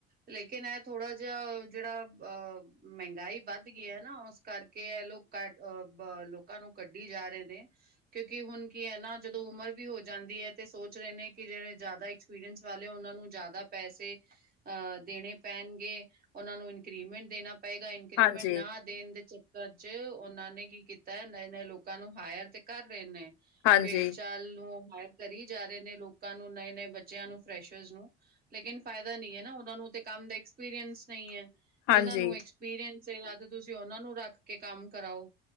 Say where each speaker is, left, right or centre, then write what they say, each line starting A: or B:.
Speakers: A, on the right; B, on the left.
A: ਲੇਕਿਨ ਏ ਥੋੜਾ ਜਿਹਾ ਜਿਹੜਾ ਅ ਮਹਿੰਗਾਈ ਵੱਧ ਗਈ ਐ ਨਾ ਓਸ, ਕਰਕੇ ਇਹ ਲੋਕ ਕ ਅਹ ਲੋਕਾ ਨੂੰ ਕੱਢੀ ਜਾ ਰੇ ਨੇ ਕਿਉਂਕਿ ਹੁਣ ਕੀ ਐ ਨਾ। ਜਦੋ ਉਮਰ ਵੀ ਹੋ ਜਾਦੀ ਐ ਤੇ ਸੋਚ ਰਹੇ ਨੇ ਕਿ ਜਿਹੜੇ ਜ਼ਿਆਦਾ ਐਕਸਪੀਰੀਅੰਸ ਵਾਲੇ ਉਹਨਾਂ ਨੂੰ ਜ਼ਿਆਦਾ ਪੈਸੇ। ਅਹ ਦੇਣੇ ਪੈਣਗੇ ਉਹਨਾ ਨੂੰ ਇਨਕਰੀਮੈਂਟ ਦੇਣਾ ਪਏਗਾ ਇਨਕਰੀਮੈਂਟ
B: ਹਾਂਜੀ,
A: ਨਾ। ਦੇਣ ਦੇ ਚੱਕਰ 'ਚ ਉਹਨਾਂ ਨੇ ਕੀ ਕੀਤਾ ਨਏ ਨਏ ਲੋਕਾ ਨੂੰ ਹਾਇਰ ਤੇ ਕਰ ਰੇ ਨੇ।
B: ਹਾਂਜੀ,
A: ਭੇੜ ਚਾਲ ਨੂੰ ਹਾਇਰ ਕਰੀ ਜਾ ਰੇ ਨੇ ਲੋਕਾ ਨੂੰ ਨਏ ਨਏ ਬੱਚਿਆਂ ਨੂੰ ਫਰੈਸ਼ਰਸ ਨੂੰ। ਲੇਕਿਨ ਫਾਇਦਾ ਨੀ ਐ ਨਾ ਉਹਨਾਂ ਨੂੰ ਤੇ ਕੰਮ ਦਾ ਐਕਸਪੀਰੀਅੰਸ ਨੀ ਐ।
B: ਹਾਂਜੀ,
A: ਜਿਹਨਾ ਨੂੰ ਐਕਸਪੀਰੀਸ ਜਾਂ ਤੇ ਤੁਸੀਂ ਉਹਨਾਂ ਨੂੰ ਰੱਖ ਕੇ ਕੰਮ ਕਰਾਓ।